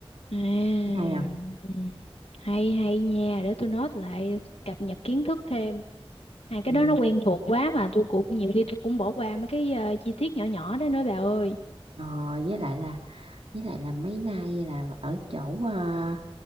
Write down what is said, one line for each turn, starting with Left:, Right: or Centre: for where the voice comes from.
Left: À.
Right: thấy hay không
Left: Ừ. Hay hay nha, để tôi note lại cập nhật kiến thức thêm. Hai cái
Right: ừ.
Left: đó nó quen thuộc quá mà tôi cũng nhiều khi tôi cũng bỏ qua mấy cái ờ, chi tiết nhỏ nhỏ đó nữa bà ơi.
Right: ờ với lại là với lại là mấy nay là ở chỗ à,